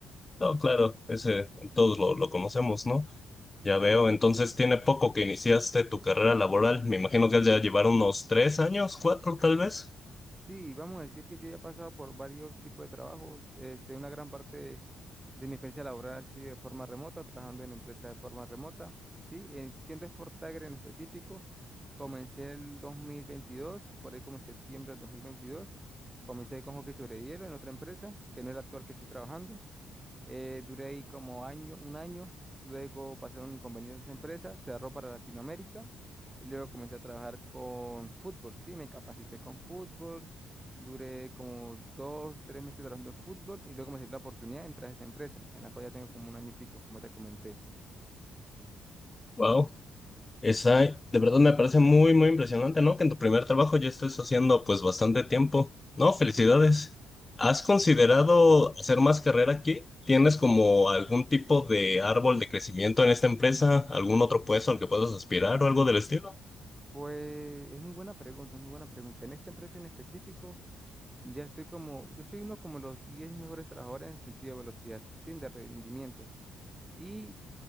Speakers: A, on the left; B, on the right.
A: No, claro, ese todos lo, lo conocemos, ¿no? Ya veo, entonces tiene poco que iniciaste tu carrera laboral. Me imagino que has ya llevar unos tres años, cuatro tal vez.
B: Sí, vamos a decir que yo ya he pasado por varios tipos de trabajos. Este, una gran parte de, mi experiencia laboral ha sido de forma remota, trabajando en empresas de forma remota. Sí, en- siendo Sport Tiger en específico, comencé el 2022, por ahí como en septiembre del 2022. Comencé con hockey sobre hielo en otra empresa, que no es la actual que estoy trabajando. Eh, duré ahí como año, un año, luego pasaron inconvenientes en otra empresa, cerró para Latinoamérica y luego comencé a trabajar con fútbol, sí, me capacité con fútbol, duré como dos, tres meses trabajando en fútbol y luego me salió la oportunidad de entrar a esta empresa, en la cual ya tengo como un año y pico, como te comenté.
A: Wow. Esa, de verdad me parece muy, muy impresionante, ¿no? Que en tu primer trabajo ya estés haciendo pues bastante tiempo. No, felicidades. ¿Has considerado hacer más carrera aquí? ¿Tienes como algún tipo de árbol de crecimiento en esta empresa? ¿Algún otro puesto al que puedas aspirar o algo del estilo?
B: Pues es muy buena pregunta, es muy buena pregunta. En esta empresa en específico, ya estoy como, yo soy uno como los 10 mejores trabajadores en sentido de velocidad, sin de rendimiento. Y